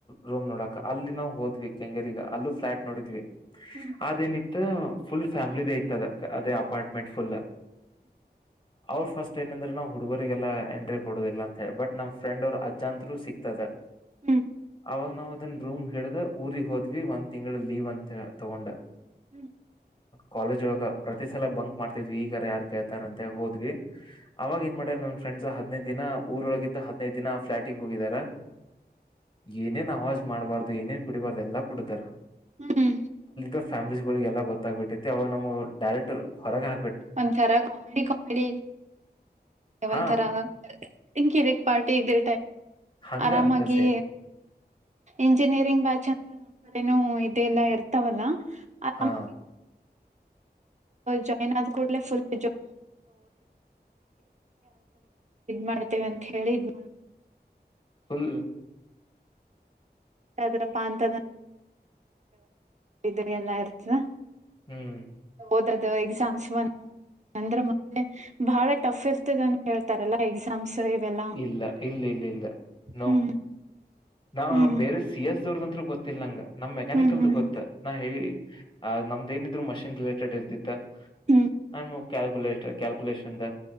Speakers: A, on the left (about 30°); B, on the right (about 45°).
A: ರೂಮ್ ನೋಡಕ ಅಲ್ಲಿ ನಾವು ಹೋದ್ವಿ ಕೆಂಗರಿಗ ಫ್ಲಾಟ್ ನೋಡಿದ್ವಿ
B: ಹ್ಮ್
A: ಅದೇನಿತ್ತು ಪುಲ <unintelligible> ಫಾಮಲಿ ಐತದ ಅದೇ ಅಪಾರ್ಟ್ಮೆಂಟ್ ಫುಲ್ ಅವ್ರ ಫಸ್ಟ್ ಏನಂದ್ರೆ ನಾವ್ ಹುಡುಗರಿಗೆಲ್ಲಾ ಎಂಟ್ರಿ ಕೊಡೋದಿಲ್ಲ ಅಂತ ಹೇಳಿ ಬಟ್ ನಮ್ ಫ್ರೆಂಡ್ ಅವರು ಅಜ್ಜಾಂತರು ಸಿಗ್ತದೆ
B: ಹ್ಮ್
A: ಅವಾಗ ನಾವ್ ಅದನ್ ರೂಮ್ ಹೇಳಡ್ದ ಊರಿಗೆಗ್ ಹೋದ್ವಿ ಒಂದ್ ತಿಂಗ್ಳ ಲೀವ್ ಅಂತ ತಗೊಂಡ
B: ಹ್ಮ್
A: ಕಾಲೇಜ್ ಒಳಗ ಪ್ರತಿ ಸಲ ಬಂಕ್ ಮಾಡ್ತಿದ್ವಿ ಈಗಾರ ಯಾರ್ ಕೇಳ್ತಾರ ಅಂತ ಹೋದ್ವಿ ಅವವಾಗ ಏನ್ ಮಾಡ್ಯಾರ್ ನನ್ ಫ್ರೆಂಡ್ಸ್ ಹದ್ನೈದ್ ದಿನ ಊರೊಳಗಿಂತ ಹದ್ನೈದ ದಿನ ಫ್ಲಾಟಗ್ ಹೋಗಿದಾರ ಏನೇನ್ ಅವಾಜ್ ಮಾಡ್ಬಾರ್ದು ಏನೇನ್ ಕುಡಿಬಾರ್ದು ಎಲ್ಲಾ ಕುಡತಾರ
B: ಹ್ಮ್
A: ಇ ಫ್ಯಾಮಿಲಿಸ್ಗಳಿಗೆಲ್ಲ ಗೊೆ ಬ ಬಿಟ್ಟೈತಿ ಅವಾಗ ನಮ್ ಡೈರೆಕ್ಟ್ ಹೊಗೆ
B: ಒಂಥರ ಕಾಮಿಡಿ ಕಾಮಿಡಿ
A: ಹಾ
B: ಒಂಥರಂಿಕ್ ಪಾರ್ಟಿ ಇದಿ
A: ಹಂಗ
B: ಆರಾಮಾಗಿ
A: ಹಂಗ ಸೇಮ್
B: ಇಂಜಿನಿಯರಿಂಗ್ ಬ್ಯಾಚ್ ಅಂದ್ರೆ ನಮ್ಮ್ ಕಡೆನೂ ಇದೆಲ್ಲಾ ಇರ್ತವಲ್ಲ ಆಾಮ
A: ಹಾ
B: ಜಾಯಿನ್ ಆದ ಕೂಡ್ಲೆ ಫುಲ್ ಇದ ಮಾಡ್ತೇವೆ ಅಂತ ಹೇಳಿಿದ್
A: ಪೂಲ್
B: ದ್ರಪ್ಪ ಅಂತ ಇ ಎಲ್ಲ ಇರ್ತದ
A: ಹ್ಮ್
B: ಹಓದದು ಎಕ್ಸಾಮ್ಸ್ ಬಂದ ಅಂದ್ರೆ ಮೆ ಬಹಳ ಟಫ್ ಇರ್ತದ ಅಂತ ಹೇಳ್ತಾರಲ್ಲ ಎಕ್ಸಾಮ್ಸ್ ಇವೆಲ್ಲಾ
A: ಇಲ್ಲ ಇಲ್ಲ ಇಲ್ಲ ಇಲ್ಲ ನೋ.
B: ಹ್ಮ್
A: ನಾ
B: ಹ್ಮ್
A: ಬೇರೆ ಸಿ-ಎಸ್ದವರ್ದ್ ಅಂತ್ರು ಗೊ ತೆಲಂಗ ನಮ್ ಮೆಕ್ಯಾನಿಕಲ್ದ
B: ಹ್ಮ್ ಹ್ಮ್
A: ಗೊತ್ತ ನಾ ಹೇಳಿ ಆ ನಮ್ದ್ ಏನಿದ್ರು ಮಷಿನ್ ರಿಲೇಟೆಡ್ ಡ ಇರ್ತಿತ್ತ <unintelligible>
B: ಹ್ಮ್
A: ಕ್ಯಾಲ್ಕುಲೇಟರ್ ಕ್ಯಾಲ್ಕುಲೇಷನ್ದ